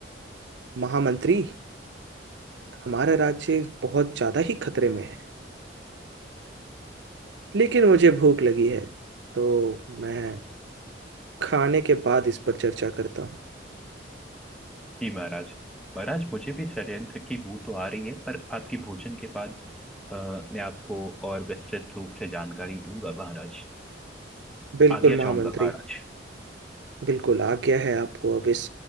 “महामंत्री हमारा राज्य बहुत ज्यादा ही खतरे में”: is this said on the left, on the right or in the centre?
Right